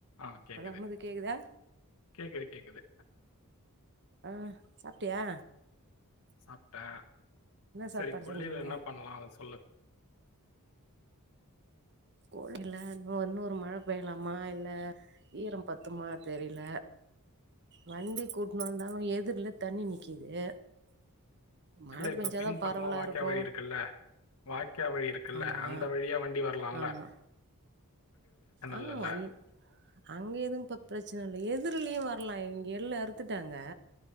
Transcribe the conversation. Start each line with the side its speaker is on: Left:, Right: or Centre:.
Left: ஆ கேக்குது
Right: hello அமுது கேக்குதா
Left: கேக்குது கேக்குது
Right: ஆ சாப்டியா
Left: சாப்ட்டே
Right: சாப்பாடு
Left: சரி கொல்லேல
Right: செஞ்சீங்க
Left: என்ன பண்லா அத சொல்லு
Right: கொல்லேல இன்னோ இன்னோரு மழ பெய்லாமா இல்ல ஈரோ பத்துமா தெரில வண்டி கூட்னு வந்தாலு எதிர்ல தண்ணி நிக்கிது மழ
Left: இல்ல இப்ப
Right: பெஞ்சாதா
Left: பின் பக்கமா
Right: பரவலா
Left: வாய்கா
Right: இருக்கு
Left: வழி இருக்குல்ல வாக்யா வழி இருக்குல்ல
Right: ஆமா
Left: அந்த வழியா வண்டி வரலா
Right: ஆமா ஆ
Left: இல்லல்ல?
Right: வந் அங்க எதுவு இப்ப ப்ரச்சன இல்ல எதிர்லயு வர லா இங்க எள்ளு அறுத்துட்டாங்க